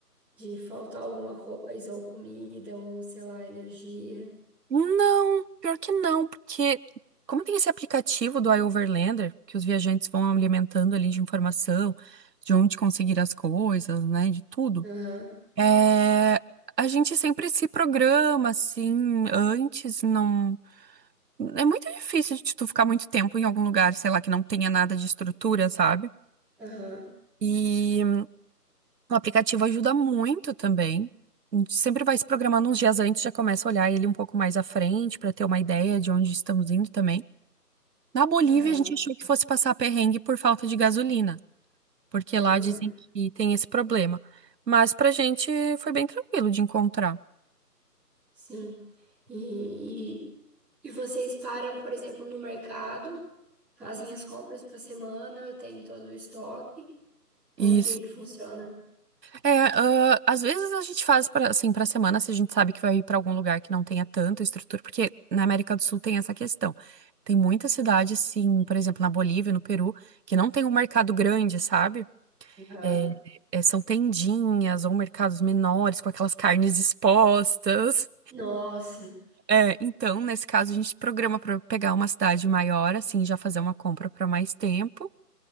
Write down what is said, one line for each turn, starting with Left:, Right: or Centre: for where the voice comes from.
Centre: de faltar alguma coisa, ou comida, ou sei lá, energia?
Right: Não, pior que não, porque como tem esse aplicativo do iOverlander, que os viajantes vão alimentando ali de informação, de onde conseguir as coisas, né? De tudo.
Centre: Aham,
Right: É, a gente sempre se programa, assim, antes, não. É muito difícil de tu ficar muito tempo em algum lugar, sei lá, que não tenha nada de estrutura, sabe?
Centre: aham,
Right: E hum, o aplicativo ajuda muito também. A gente sempre vai se programando uns dias antes, já começa a olhar ele um pouco mais à frente para ter uma ideia de onde estamos indo também. Na Bolívia,
Centre: aham.
Right: a gente achou que fosse passar perrengue por falta de gasolina, porque
Centre: Ah,
Right: lá dizem que tem esse problema. Mas pra gente foi bem tranquilo de encontrar.
Centre: sim. E, e, e vocês param, por exemplo, no mercado, fazem as compras para semana, tem todo o estoque. Como
Right: E
Centre: que, que funciona?
Right: É, ah, às vezes a gente faz para assim para semana, se a gente sabe que vai ir para algum lugar que não tenha tanta estrutura, porque na América do Sul tem essa questão. Tem muitas cidades, sim, por exemplo, na Bolívia, no Peru, que não tem um mercado grande, sabe?
Centre: Aham.
Right: É, é, são tendinhas ou mercados menores com aquelas carnes expostas.
Centre: Nossa.
Right: É, então, nesse caso, a gente programa para pegar uma cidade maior, assim, já fazer uma compra para mais tempo.